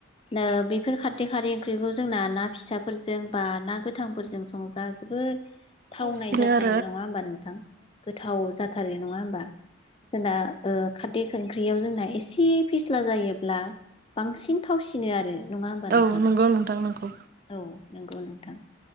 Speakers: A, on the left (about 25°); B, on the right (about 50°).
A: नो बेफोर खारदै खारै ओंख्रिखौ जोंना ना फिसाफोरजों बा ना गोथांफोरजों सङोब्ला जोबोद थावनाय
B: थावसिनो
A: जाथारो
B: आरो
A: नङा होमबा नोंथां गोथाव जा थारै नङा होम जोंना ओ खारदै ओंख्रियाव जोंना एसे फिस्ला जायोब्ला बांसिन थावसिनो आरो नङा होमबा
B: औ
A: नोंथां
B: नंगौ नोंथां नंगौ
A: औ नंगौ नोंथां